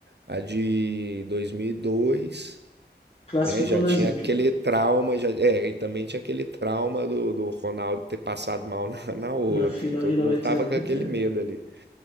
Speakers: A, on the right; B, on the left.
A: A de dois mil e dois
B: classificou
A: né? Já
B: nas
A: tinha
B: últimas,
A: aquele trauma, já, é, e também tinha aquele trauma do, do Ronaldo ter passado mal <laughs> na, na outra.
B: na final
A: Todo
B: de 98.
A: mundo tava com aquele
B: né?
A: medo ali.